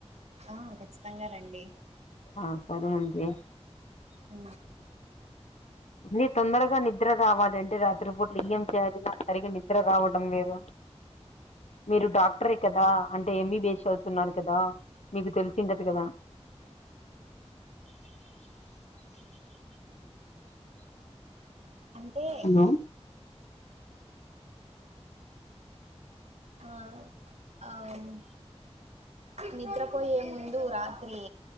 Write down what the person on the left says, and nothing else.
ఆ సరే అండి
అని తొందరగా నిద్ర రావాలంటే రాత్రి పూటలు ఏం చేయాలి సరిగ నిద్ర రావడం లేదు మీరు డాక్టరే కదా అంటే ఎంబీబిఎస్ చదువుతున్నారు కదా మీకు తెలిసింటది కదా
హలో